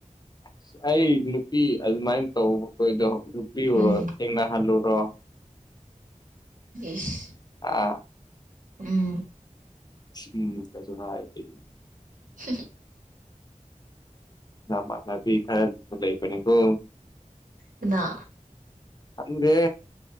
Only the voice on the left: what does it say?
ꯑꯁ ꯑꯩ ꯅꯨꯄꯤ ꯑꯗꯨꯃꯥꯏꯅ ꯇꯧꯕ ꯈꯣꯏꯗꯣ ꯅꯨꯄꯤ ꯑꯣꯏꯔꯣ
ꯊꯦꯡꯅꯍꯜꯂꯨꯔꯣ
ꯑꯥ
ꯎꯝ ꯒꯥꯁꯨ ꯍꯥꯏꯔꯤꯌꯦ
ꯅꯥꯃꯟꯅꯕꯤ ꯈꯔꯁꯨ ꯂꯩꯕ ꯅꯦꯀꯣ
ꯈꯪꯗꯦ